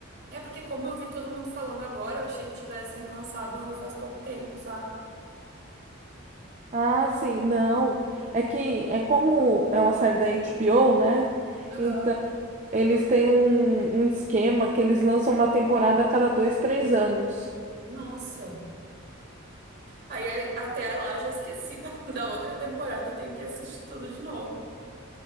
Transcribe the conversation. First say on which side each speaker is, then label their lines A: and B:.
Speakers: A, on the right (about 55°); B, on the right (about 35°).
A: É porque como eu vi todo mundo falando agora, eu achei que tivessem lançado faz pouco tempo, sabe?
B: Ah, sim, não. É que é como é uma série da HBO, né?
A: Aham.
B: Então, eles têm um, um esquema que eles lançam uma temporada a cada dois, três anos.
A: Nossa. Aí aí, até lá eu já esqueci da, <laughs> da outra temporada, tenho que assistir tudo de novo.